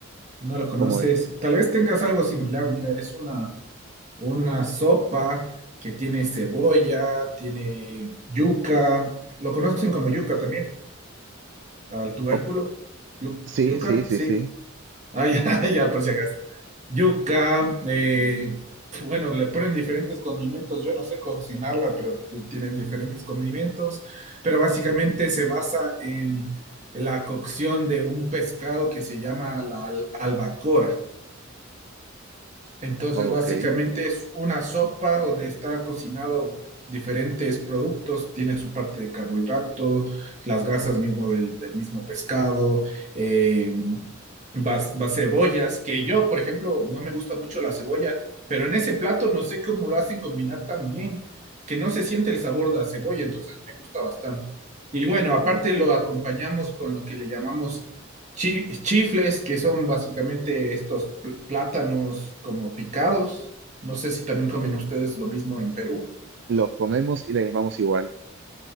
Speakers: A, on the right; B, on the right.
A: ¿No lo conoces?
B: ¿Cómo es?
A: Tal vez tengas algo similar. Mira, es una, una sopa que tiene cebolla, tiene yuca. Lo conocen como yuca también, al tubérculo.
B: Ok,
A: Yu-
B: Sí,
A: yuca,
B: sí, sí,
A: sí.
B: sí.
A: Ah, ya, <laughs> ya, por si acaso. Yuca, eh, bueno, le ponen diferentes condimentos. Yo no sé cocinarla, pero tienen diferentes condimentos. Pero básicamente se basa en la cocción de un pescado que se llama la al- albacora. Entonces,
B: Ok.
A: básicamente es una sopa donde está cocinado diferentes productos, tiene su parte de carbohidrato, las grasas mismo del, del mismo pescado, eh, vas, vas cebollas, que yo, por ejemplo, no me gusta mucho la cebolla, pero en ese plato no sé cómo lo hacen combinar tan bien, que no se siente el sabor de la cebolla, entonces me gusta bastante. Y bueno, aparte lo acompañamos con lo que le llamamos Chi- chifles, que son básicamente estos pl- plátanos como picados. No sé si también comen ustedes lo mismo en Perú.
B: Los comemos y le llamamos igual.